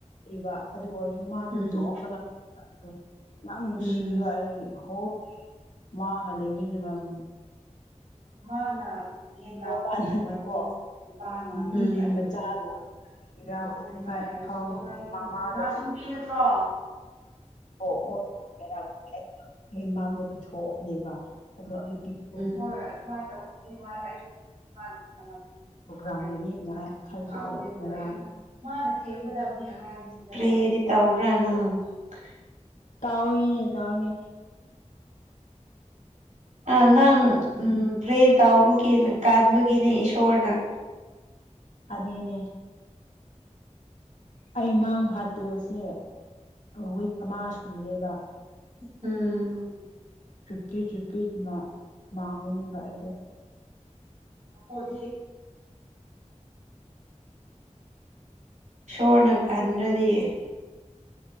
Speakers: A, on the left; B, on the right.
A: ꯕ ꯑꯗꯨ ꯑꯣꯏꯔꯁꯨ ꯃꯥ ꯑꯗꯨꯝ
B: ꯎꯝ
A: ꯅꯣꯛꯈ꯭ꯔꯒ ꯑ <unintelligible> ꯌꯥꯝ ꯅꯨꯡꯁꯤꯕ
B: ꯎꯝ
A: ꯑꯩ ꯍꯣꯜ ꯃꯥꯒ ꯂꯩꯃꯤꯟꯅꯉꯝ
B: ꯃꯥꯅ ꯌꯦꯟ ꯂꯥꯛꯄ
A: ꯄꯥꯟꯅꯅꯀꯣ
B: ꯅꯨꯄꯤ ꯑꯣꯏꯔꯗꯤ ꯅꯨꯄꯥꯅ ꯅꯨꯄꯤ
A: ꯃꯤꯒꯤ
B: ꯑꯗꯨ
A: ꯃꯆꯥꯗꯣ
B: ꯅꯨꯄꯤꯗꯣ
A: ꯏꯔꯥ
B: ꯇꯣꯛꯅꯅꯤꯡꯉꯥꯏ
A: ꯍꯧꯖꯤꯛ
B: ꯍꯥꯏꯔꯁꯨ
A: ꯐꯥꯎ
B: ꯇꯅꯃꯁꯨ
A: ꯃꯃꯥꯗ
B: ꯅꯨꯄꯤ ꯅꯠꯇ꯭ꯔꯣ
A: ꯑꯣ ꯍꯥꯏꯔꯛꯄ ꯑꯩ ꯃꯥꯡꯗ ꯄꯤꯊꯣꯛꯑꯕꯅꯦꯕ ꯑꯗꯣ ꯑꯩ ꯄꯤꯊꯣꯛ
B: <unintelligible>
A: ꯄꯣꯛꯔꯝꯒꯅꯤꯅ ꯈꯜꯂꯤ ꯑꯩ
B: <unintelligible>
A: ꯉꯔꯥꯡ ꯇꯧꯅꯦ ꯇꯧꯋꯦꯅꯤ
B: ꯑ ꯅꯪ ꯄ꯭ꯔꯦ ꯇꯥꯎꯕꯒꯤ ꯀꯥꯟꯕꯒꯤꯅꯦ ꯏꯁꯣꯔꯅ <inaudible>
A: ꯀꯅꯦ ꯑꯩ ꯃꯥꯡ ꯐꯥꯠꯇꯕꯁꯦ ꯋꯤꯛ ꯑꯃ ꯁꯨꯔꯦꯕ
B: ꯎꯝ
A: ꯄꯤꯠ ꯄꯤꯠ ꯃꯥ ꯃꯥꯡꯉꯨꯅꯦꯕ ꯑꯩꯗ
B: ꯑꯣꯗꯤ ꯁꯣꯔꯅ ꯈꯟꯗ꯭ꯔꯗꯤ